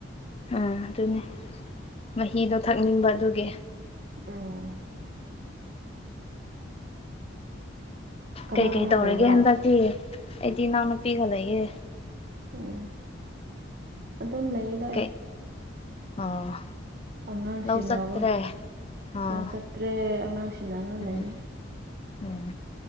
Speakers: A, on the left; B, on the right.
A: ꯎꯝ ꯑꯗꯨꯅꯦ ꯃꯍꯤꯗꯣ ꯊꯛꯅꯤꯡꯕ ꯑꯗꯨꯒꯤ
B: ꯎꯝ ꯀꯅꯥ
A: ꯀꯩ
B: ꯀꯅꯥ
A: ꯀꯩ ꯇꯧꯔꯒꯦ
B: ꯂꯩꯕ꯭ꯔꯥ
A: ꯍꯟꯗꯛꯇꯤ ꯑꯩꯗꯤ ꯏꯅꯥꯎꯅꯨꯄꯤꯒ ꯂꯩꯌꯦ
B: ꯎꯝ ꯑꯗꯨꯝ ꯂꯩꯌꯦ
A: ꯀꯩ ꯑꯣ
B: ꯑꯉꯥꯡ
A: ꯂꯧ
B: ꯁꯦꯟꯅꯕ
A: ꯆꯠꯇ꯭ꯔꯦ ꯑꯣ
B: ꯂꯧ ꯆꯠꯇ꯭ꯔꯦ ꯑꯉꯥꯡ ꯁꯦꯟꯅꯔꯒ
A: ꯎꯝ
B: ꯂꯩꯔꯦ
A: ꯎꯝ